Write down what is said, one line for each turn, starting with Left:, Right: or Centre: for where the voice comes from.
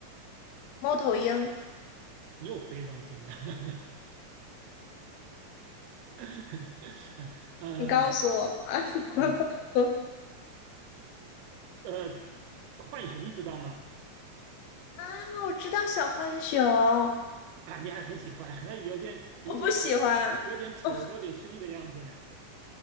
Left: 猫头鹰，
Right: 又飞上天了。<laughs> 呃
Left: 你告诉我吧。<laughs>
Right: 呃呃，浣熊知道吗？
Left: 啊，我知道小浣熊，
Right: 啊，你还很喜欢，<laughs> 有点有点有有点丑，
Left: 我不喜欢。哦
Right: 有点凶的样子嘞。